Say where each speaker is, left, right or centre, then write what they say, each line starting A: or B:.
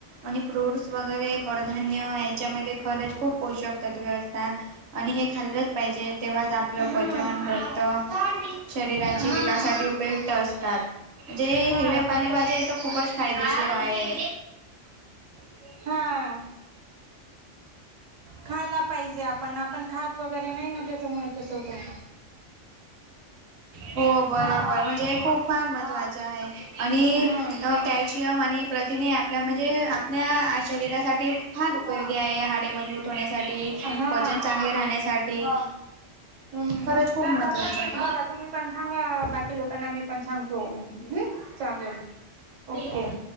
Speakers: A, on the right; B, on the right.
A: आणि फ्रूट्स वगैरे कडधान्य याच्यामध्ये खरच खूप पोषक तत्व असतात. आणि हे खाल्लंच पाहिजे. तेव्हा, आपलं
B: हा
A: पच, रक्त, शरीराची
B: हा
A: विकासासाठी उपयुक्त असतात. ते
B: हा
A: हिरव्या
B: ते
A: पालेभाज्या
B: कस
A: आहेत. तो खूपच फायदेशीर आहेत.
B: हा खायला पाहिजे. आपण आपण खात वगैरे नाही ना, त्याच्यामुळे तस होतंय.
A: हो, बरोबर म्हणजे हे खूप फार महत्वाच आहे. आणि
B: हा
A: कॅल्शियम आणि प्रथिने आपल्या म्हणजे आपल्या शरीरासाठी फार उपयोगी आहे. हाडे मजबूत होण्यासाठी.
B: हा,
A: पचन चांगले राहण्यासाठी
B: हम्
A: खरंच खूप
B: का
A: महत्त्वाचं
B: कसाय
A: आहे.
B: बघा तुम्ही पण, सांगा बाकी लोकांना मी पण सांगतो. हम, चालेल ओके.
A: हो.